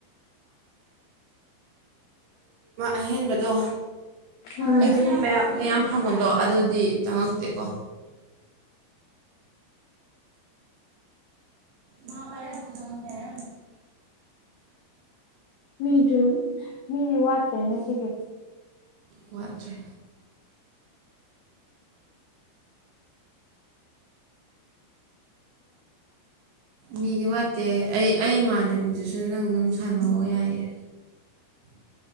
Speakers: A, on the right (about 75°); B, on the left (about 80°).
A: ꯑꯍꯦꯟꯕꯗꯣ
B: ꯎꯝ
A: ꯑꯩꯒꯤꯨꯡ ꯃꯌꯥꯝ ꯐꯪꯕꯣꯟꯗꯣ ꯑꯗꯨꯗꯤ ꯆꯪꯉꯛꯇꯦꯀꯣ ꯃꯥ ꯄꯔ ꯍꯧꯖ ꯄꯤꯔ
B: ꯃꯤꯗꯨ ꯃꯤꯗꯤ ꯋꯥꯠꯇ꯭ꯔꯦꯅꯦ ꯁꯤꯒꯤ
A: ꯃꯖ ꯃꯤꯗꯤ ꯋꯥꯠꯇꯦ ꯑꯩ ꯑꯩ ꯏꯃꯥꯟꯅꯕꯤꯗꯨꯁꯨ ꯅꯪ ꯑꯗꯨꯝ ꯁꯥꯟꯅꯑꯣ ꯌꯥꯏꯌꯦ